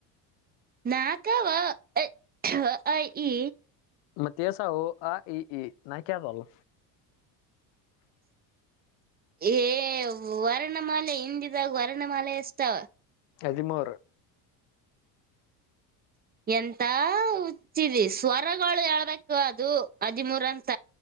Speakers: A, on the right (about 20°); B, on the left (about 70°).
A: ನಾಕವಾ ಅ ಆ ಇ ಈ
B: ಮತ್ತೇಸ ಆ ಈ ಈ ನಾ ಕ್ದ ಅಲ್ ಹ
A: ಏ ವರ್ಣಮಾಲೆ ಹಿಂದಿದಾಗ ವರ್ಣಮಾಲೆ ಎಷ್ಟಾವ
B: ಹದಿಮೂರು
A: ಎಂತ ಹುಚ್ಚಿದ ಸ್ವರಗಳು ಹೇಳ್ಬೇಕು ಅದು ಹದಿಮೂರಂತ